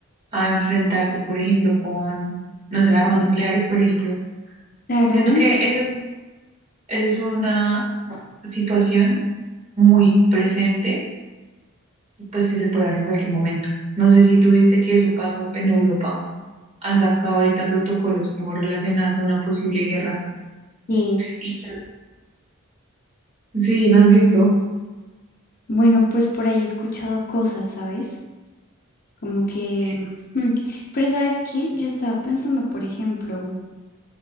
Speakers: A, on the right; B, on the left.
A: a enfrentarse, por ejemplo, con, no sé, armas nucleares, por ejemplo.
B: Claro.
A: Siento que esa es, esa es una situación muy presente, pues que se puede dar en cualquier momento. No sé si tuviste que eso pasó en Europa han sacado ahorita protocolos como relacionados a una posible guerra.
B: que,
A: Y que- Sí, ¿no has visto?
B: Bueno, pues por ahí he escuchado cosas, ¿sabes? Como que...
A: Sí.
B: mm, Pero ¿sabes qué? Yo estaba pensando, por ejemplo,